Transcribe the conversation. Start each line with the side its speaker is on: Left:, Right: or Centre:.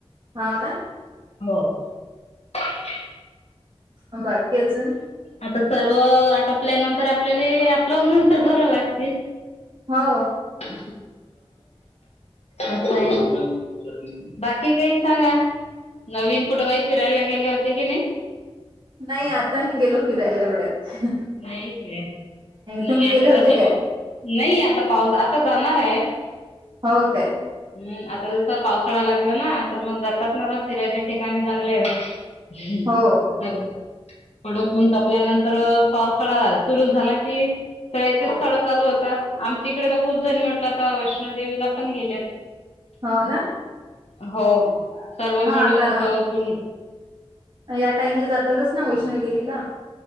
Right: हा ना.
Left: हो <inaudible>
Right: ह बाकीच
Left: आता सर्व आटोपल्यानंतर आपल्याला आपलं कराव लागते.
Right: हो
Left: <unintelligible> असं आहे बाकी काही सांगा? नवीन कुठं काही फिरायला गेले होते कि नाही?
Right: नाही आता नाही गेलो फिरायला एवढ्यात.
Left: नाही नाही
Right: तुम्ही गेले
Left: आता
Right: होते
Left: कस
Right: काय
Left: पाऊस नाही आता पाऊस आता जाणार आहे
Right: हो काय
Left: आ आता जस पावसाळा लागला ना तर मग जातात ना आता फिरायच्या ठिकाणी चांगले आहे.
Right: हो
Left: आता कडक तपल्यानंतर पावसाळा सुरू झाला की तचे स्ळा चालू होता आमच्या इकडे तर खूप जणी म्हटलं आता वैष्णवी देवीला पण गेल्यात.
Right: हो ना
Left: हो सर्व
Right: हा
Left: मिळून
Right: आता
Left: अस पण
Right: या टाइमला जातातच ना वैष्णवी देवीला.